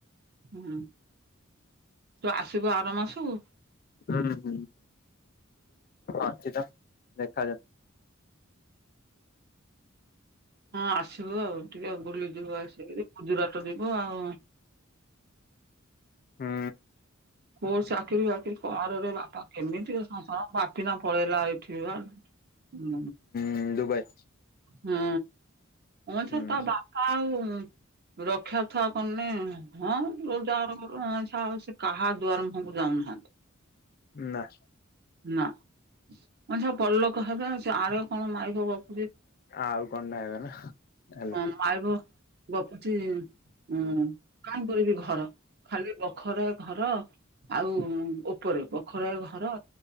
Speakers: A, on the right; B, on the left.
A: ହୁଁ ତୁ ଆସିବୁ ଆର ମାସୁକୁୁ?
B: ହୁଁ ହୁଁ ଅଛି ତ ଦେଖାଯାଉ।
A: ହଁ ଆସିବୁ ଆଉ। ଟିକେ ବୁଲିଯିବୁ ଆସିକିରି ଖୁଜୁରାଟ ଯିବୁ ଆଉ।
B: ହୁଁ।
A: କୋଉ ଚା କିରି ବାକି କରରେ ବାପା କେମିତି ଏ ସଂସାର ବାପିନ ପଳେଇଲା ଏଠି ବା। ଉଁ
B: ହୁଁ ଦୁବାଇ।
A: ହୁଁ କଣ
B: ହୁଁ
A: ସେ ତା ବାପା ଆଉ ରକ୍ଷା ଥୟ କରୁନେଇ। ହଁ ରୋଜଗାର କରୁ ଅଇଁଛା ଆଉ ସେ କାହା ଦୁଆର ମୁହଁକୁ ଯାଉନାହାନ୍ତି।
B: ନାଁ।
A: ନାଁ ମଣିଷ ବଡ଼ ଲୋକ ହେବେ ଆଉ ସେ ଆର କଣ ମାଇବ ଗପୁଚି
B: ଆଉ କଣ ନା ହେଗ ନା ହେଲା
A: ହଁ ମାଇବ ଗପୁଚି। ଉୁଁ କଣ କରିବି ଘର ଖାଲି ବଖରା ଘର। ଆଉ ଉପରେ ଵଖରା ଘର।